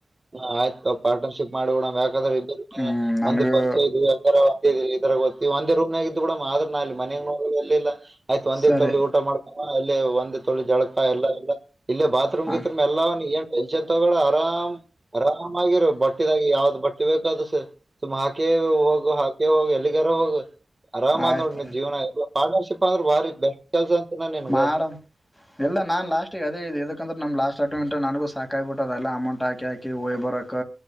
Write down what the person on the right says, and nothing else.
ಹ ಆಯ್ತು ಪಾರ್ಟನರ್ಶಿಪ್ ಮಾಡಿ ಬಿಡಮ್ ಯಾಕ್ರ ಇದ
ಒಂದ್ ಪರಿಚಯ ಇ್ ಯ ಇದರ ಗೊತ್ತತಿ ಒಂದ ರೂಮ್ ನಾಗ ಇದ್ ಬಿಡಮ್ ಆದ್ರ ನ ಅಲ್ಲಿ ಮನ ನೋ ಎಲ್ಲಿಿಲ್ಲ ಆಯ್ತು ಒಂದೇ
ತೊಳಿ ಊಟ ಮಾಡ್ಕೊಂಡ ಅಲ್ಲೇ ಒಂದೇ ತೊಳಿ ಜಳಕ ಎಲ್ಲ ಇಲ್ಲ ಬಾತ್ರೂಮ್
ಗಿತ್ರ ಎಲ್ಲ ಏ ಎಚ ತವಡ ಆರಾಮ ಆರಾಮಾಗಿರು ಬಟ್ಟಿದಾಗ ಯಾವ್ದ್ ಬಟ್ಟೆ ಬೇಕು ಅದು ಸ ಸುಮ ಹಾಕೆ ಹೋಗು ಹಾಕೆ ಹೋಗಿ ಎಲ್ಲಿಗಾರು ಹೋಗು ಆರಾಮ್
ನೋಡ್ ನಿ್ ಜೀವನ ಇ ಪಾರ್ಟನರ್ಶಿಪ್ ಅಂದ್ರೆ ಭಾರಿ ಬೆಸ್ಟ್ ಕೆಲ್ಸ ಅಂತ ನಾ ನಿನ್ಗ